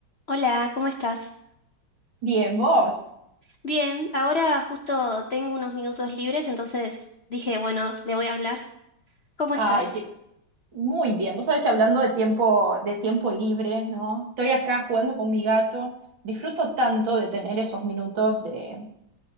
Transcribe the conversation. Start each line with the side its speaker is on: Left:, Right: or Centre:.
Left: Hola, ¿cómo estás?
Right: Bien, vos.
Left: Bien, ahora justo tengo unos minutos libres, entonces dije, bueno, le voy a hablar. ¿Cómo
Right: Ay,
Left: estás?
Right: qué- muy bien. Vos sabés que hablando de tiempo, de tiempo libre, ¿no? Estoy acá jugando con mi gato. Disfruto tanto de tener esos minutos de,